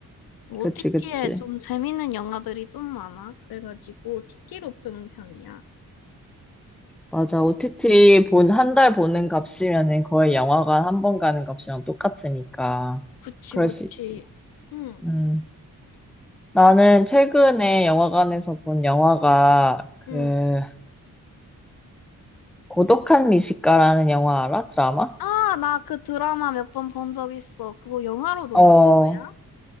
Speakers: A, on the left; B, in the centre.
A: OTT에
B: 그치, 그치.
A: 좀 재밌는 영화들이 좀 많아. 그래가지고 티티로 보는 편이야.
B: 맞아. OTT 본, 한 달 보는 값이면은 거의 영화관 한 번 가는 값이랑 똑같으니까.
A: 그치,
B: 그럴
A: 그치.
B: 수 있지.
A: 응,
B: 음. 나는 최근에 영화관에서 본 영화가 그,
A: 응.
B: 고독한 미식가라는 영화 알아? 드라마?
A: 아, 나 그 드라마 몇 번 본 적 있어. 그거 영화로도
B: 어,
A: 나온 거야?